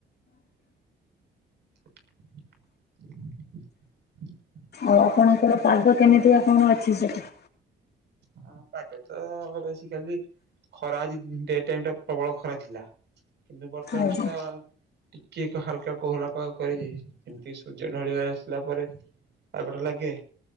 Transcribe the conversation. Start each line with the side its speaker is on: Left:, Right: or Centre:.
Right: <unintelligible>
Left: ଆଉ ଆପଣଙ୍କର ପାଗ କେମିତିକା କଣ ଅଛି ସେଠି?
Right: ହଁ ପାଗ ତ ବେସିକାଲି ଖରା ଆଜି ଡେ ଟାଇମଟା ପ୍ରବଳ ଖରା ଥିଲା କିନ୍ତୁ ବର୍ତ୍ତମାନ
Left: ଆଜ୍ଞା।
Right: ସୁଦ୍ଧା ଟିକିଏକି ହାଲକା କୋହଲା ପାଗ କରିକି ଏମତି ସୂର୍ଯ୍ୟ ଢଳିି ଆସିଲା ପରେ ଆଉ ଗୋଟେ ଲାଗେ